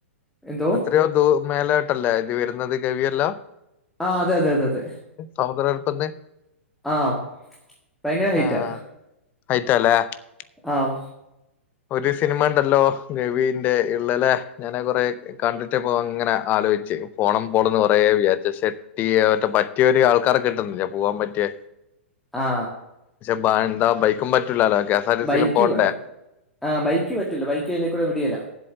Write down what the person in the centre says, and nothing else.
എന്തോ
ആഹ് അതെ അതെ അതെ അതെ
ആഹ് ഭയങ്കര ഹൈറ്റാ
ആം
ആ
ബൈക്ക്
ആ ബൈക്ക് പറ്റൂല ബൈക്ക് അയിലെക്കൂടെ വിടെല